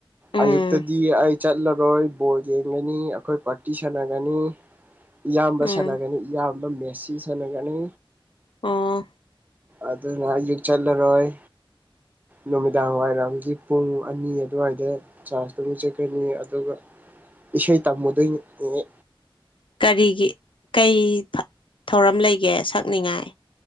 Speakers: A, on the left; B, on the right.
A: ꯎꯝ
B: ꯑꯌꯨꯛꯇꯗꯤ ꯑꯩ ꯆꯠꯂꯔꯣꯏ ꯕꯣꯜ ꯌꯦꯡꯒꯅꯤ ꯑꯩꯈꯣꯏ ꯄꯥꯔꯇꯤ ꯁꯥꯟꯅꯒꯅꯤ
A: <unintelligible>
B: ꯏꯌꯥꯝꯕ
A: ꯎꯝ
B: ꯁꯥꯟꯅꯒꯅꯤ ꯏꯌꯥꯝꯕ ꯃꯦꯁꯤ ꯁꯥꯟꯅꯒꯅꯤ
A: ꯑꯥ
B: ꯑꯗꯨꯅ ꯌꯦꯛ ꯆꯠꯂꯔꯣꯏ ꯅꯨꯃꯤꯗꯥꯡ ꯋꯥꯏꯔꯝꯒꯤ ꯄꯨꯡ ꯑꯅꯤ ꯑꯗꯨꯋꯥꯏꯗ ꯆꯥꯔꯖꯇꯨꯃꯤ ꯆꯠꯀꯅꯤ ꯑꯗꯨꯒ ꯏꯁꯩ ꯇꯝꯃꯨꯗꯣꯏꯅꯤ ꯑꯦꯑꯦ
A: ꯀꯔꯤꯒꯤ ꯀꯩ ꯊꯧꯔꯝ ꯂꯩꯒꯦ ꯁꯛꯅꯤꯡꯉꯥꯏ